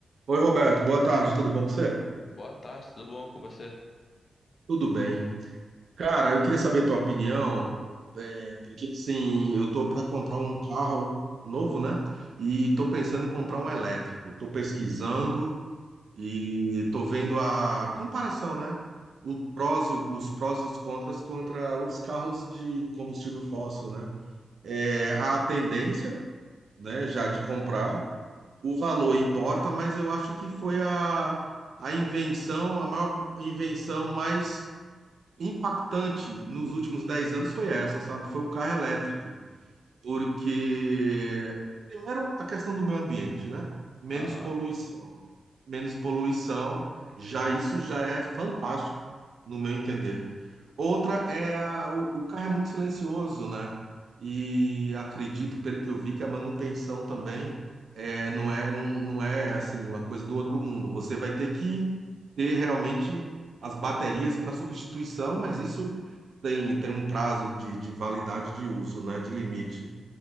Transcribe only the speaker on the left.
Boa tarde, tudo bom com você?
Aham.